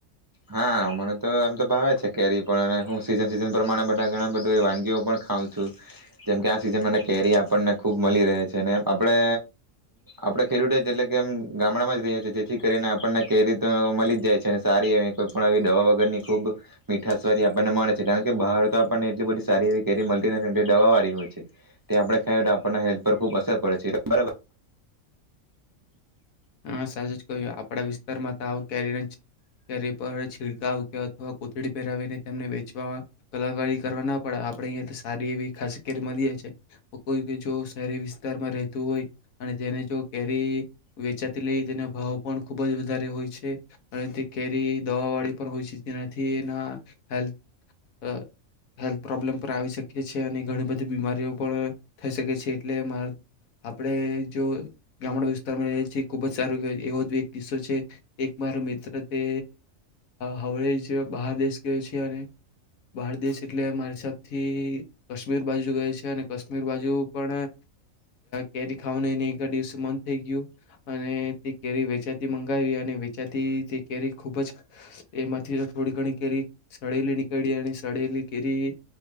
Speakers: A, on the right; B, on the left.
A: હા મને તો એમ તો ભાવે છે કેરી પણ અને હું સીઝન સિઝન પ્રમાણે બધા ઘણા બધા વાનગીઓ પણ ખાવં છું જેમ કે આ સિઝન કેરી આપણને ખૂબ મળી રહે છે ને આપણે આપણે ખેડૂતો એટલે કેમ ગામડામાં જ રહીએ છએ જેથી કરીને આપણને કેરી તો મળી જ જાય છે ને સારી એવી કોઈ પણ આવી દવા વગરની ખૂબ મીઠા સવારી આપણને મળે છે કારણ કે બહાર તો આપણને એટલી બધી સારી એ કે મને દવા વાળી હોય છે તે આપણે ખાઈ તો આપણ હેલ્થ પર ખૂબ અસર પડે છે બ
B: હા સાચું જ કહ્યુ આપડા વિસ્તારમાં તો આવ કેરી કેરી પર છીડકાવ કે અથવા કોથળી પહેરાવીને તેમને વેચવામાં કલાકારી કરવા ના પડે આપણેે અહીયા સારી એવી ખાસ કેરી મળીએ છે કોઈ જો શહેરી વિસ્તારમાં રહેતું હોય અને તેને જો કેરી વચા તેટલે તેના ભાવ પણ ખૂબ જ વધારે હોય છે અને તે કેરી દવાવાળી પણ હોય છે જેનાથી એના હેલ્થ હેલ્થ પ્રોબ્લેમ પણ આવી શકીએ છીએ અને ઘણી બધી બીમારીઓ પણ થઈ શકે છે એટલે મા આપણે જો ગામડા વિસ્તારમાં રએ છએ ખુબ જ સાર એવો એક કિસ્સો છે એક મારો મિત્ર તે હવેળ બહાર દેશ ગયો છે અને બહાર દેશ એટલે મારી હિસાબથી કાશ્મીર બાજુ ગયો છે અને કાશ્મીર બાજુ પણ કેરી ખાવા ને એક દિવસે મન થઈ ગયું અને તે કેરી વેચાતી મંગાવી અને વેચાતી તે કેરી ખૂબ જ એમાંથી થોડી ઘણી કેરી સળેલી નીકળી અને સળેલી કેરી